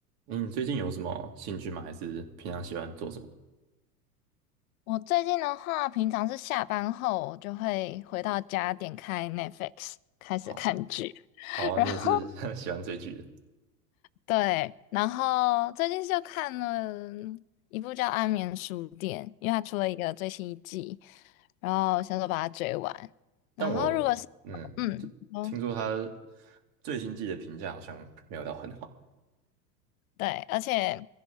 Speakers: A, on the right (about 50°); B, on the left (about 60°).
A: 嗯你最近有什么兴趣吗？还是平常喜欢做什么？
B: 我最近的话，平常是下班后我就会回到家，点开 Netflix 开始看剧，
A: 哦
B: <laughs>
A: 哦，
B: 然后
A: 你也是 <laughs> 喜欢追剧的，
B: 对，然后最近就看了一部叫《安眠书店》，因为它出了一个最新一季，然后想说把它追完。
A: 但我嗯，
B: 然后如果是嗯，
A: 就听说他
B: 哦，
A: 最新季的评价好像没有到很好。
B: 对，而且